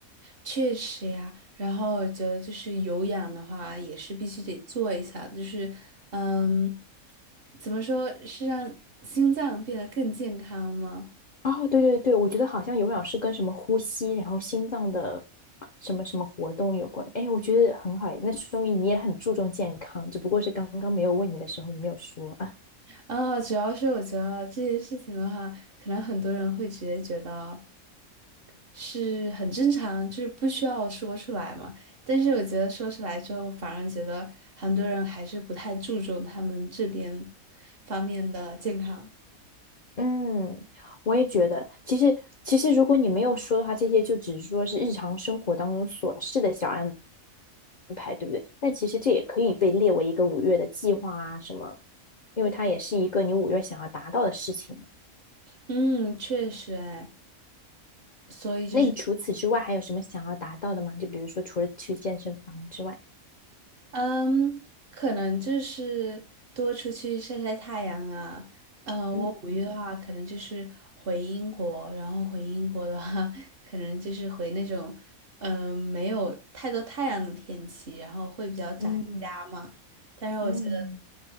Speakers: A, on the right; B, on the left.
A: 确实呀。然后我觉得，就是有氧的话，也是必须得做一下。就是，嗯，怎么说是让心脏变得更健康吗？
B: 哦，对对对，我觉得好像有氧是跟什么呼吸，然后心脏的什么什么活动有关。哎，我觉得很好诶，那说明你也很注重健康，只不过是刚刚没有问你的时候，你没有说。
A: 啊，主要是我觉得这件事情的话，可能很多人会直接觉得是很正常，就是不需要说出来嘛。但是我觉得说出来之后，反而觉得很多人还是不太注重他们这边方面的健康。
B: 嗯，我也觉得，其实其实如果你没有说的话，这些就只是说是日常生活当中琐事的小安排，对不对？但其实这也可以被列为一个五月的计划啊什么，因为它也是一个你五月想要达到的事情嘛。
A: 嗯，确实，哎，所以就是。
B: 那你除此之外还有什么想要达到的吗？就比如说除了去健身房之外，
A: 嗯，可能就是多出去晒晒太阳啊。呃，
B: 嗯嗯
A: 我五一的话，可能就是回英国，然后回英国的话，可能就是回那种嗯、呃没有太多太阳的天气，然后会比较宅家嘛。
B: 嗯
A: 但是我觉得
B: 嗯